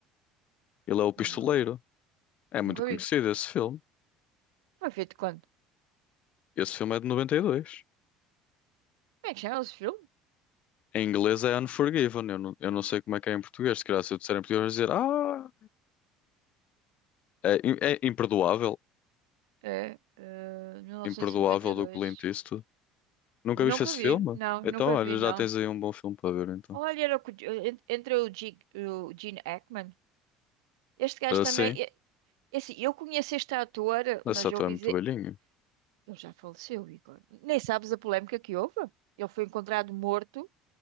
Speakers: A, on the left (about 50°); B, on the right (about 75°).
A: ele é o pistoleiro.
B: não.
A: É
B: Nunca
A: muito conhecido
B: vi.
A: esse filme.
B: Foi feito quando?
A: Esse filme é de 92.
B: Como é que chama esse filme?
A: Em inglês é Unforgiven. Eu não, eu não sei como é que é em português. Se calhar se eu disser em português, vão dizer Ah, é, é imperdoável.
B: É, eh, 1992.
A: Imperdoável do Clint Eastwood. Nunca
B: Nunca
A: viste esse
B: vi,
A: filme?
B: não,
A: Então,
B: nunca
A: olha,
B: vi,
A: já
B: não.
A: tens aí um bom filme para ver, então.
B: Olha, era o que- en- entre o, G, o Gene Hackman. Este gajo
A: Ah, sim,
B: também. é- é assim, eu conheço este ator,
A: Essa
B: mas
A: ator
B: eu ouvi
A: é muito
B: dizer.
A: velhinho?
B: Ele já faleceu, Igor. Nem sabes a polémica que houve. Ele foi encontrado morto